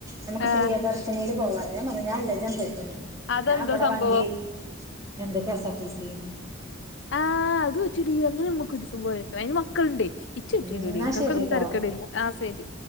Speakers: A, on the right; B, on the left.
A: നമുക്ക്
B: ആഹ്
A: പ്രിയദർശിനീല് പോവാ പറഞ്ഞ് ഞാൻ പറഞ്ഞ് ഞാൻ ഇല്ല ഇജ്ജന്നെ പൊയ്ക്കൊന്ന്.
B: അതെന്താ
A: ഞാൻ ഇവിടെ
B: സംഭവം
A: വണ്ടിൽ എന്തൊ കെസ്ആർ ടിസിി
B: ആഹ് അത് വെച്ചിടി അങ്ങനെ നമ്മുക്ക് ഒര സം പോയ ക്കണം അതിന് മക്കളുണ്ട് ഇച് പറ്റൂലടി
A: എന്നാ
B: ഇക്കാക്കൊന്നു
A: ശരിട്ടോ
B: തിക്കടില്ല ആ ശരി